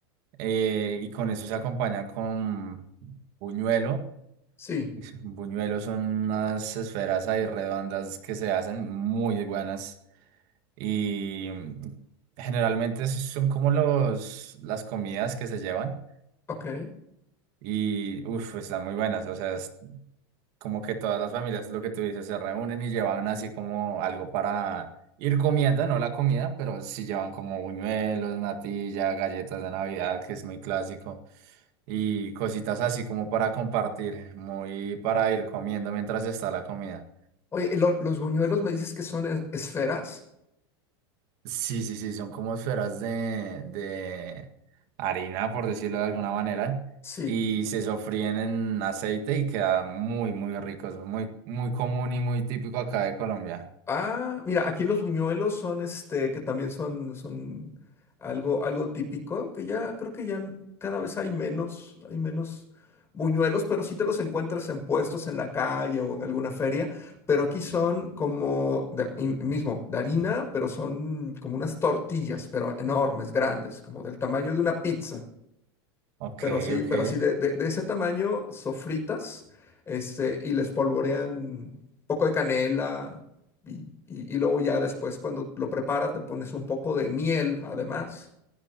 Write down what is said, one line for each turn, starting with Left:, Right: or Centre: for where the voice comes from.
Right: eh, y con eso se acompaña con buñuelo.
Left: sí,
Right: Es- Buñuelos son unas esferas ahí redondas que se hacen muy buenas y mm, generalmente esos son como los, las comidas que se llevan.
Left: ok.
Right: Y uff, están muy buenas. O sea, como que todas las familias, lo que tú dices, se reúnen y llevan así como algo para ir comiendo, no la comida, pero sí llevan como buñuelos, natilla, galletas de Navidad, que es muy clásico, y cositas así como para compartir, muy para ir comiendo mientras está la comida.
Left: Oye, ¿lo- los buñuelos me dices que son es- esferas?
Right: Sí, sí, sí, son como esferas de, de harina, por decirlo de alguna manera,
Left: Sí.
Right: y se sofríen en aceite y queda muy, muy rico, es muy, muy común y muy típico acá de Colombia.
Left: Ah, mira, aquí los buñuelos son este, que también son, son algo, algo típico, que ya creo que ya n- cada vez hay menos, hay menos buñuelos, pero sí te los encuentras en puestos en la calle o en alguna feria, pero aquí son como de, y mismo, de harina, pero son como unas tortillas, pero enormes, grandes, como del tamaño de una pizza
Right: Ok,
Left: pero así,
Right: ok,
Left: pero así de, de- de ese tamaño, sofritas, este, y les polvorean un poco de canela y, y- y luego ya después cuando lo preparas le pones un poco de miel, además,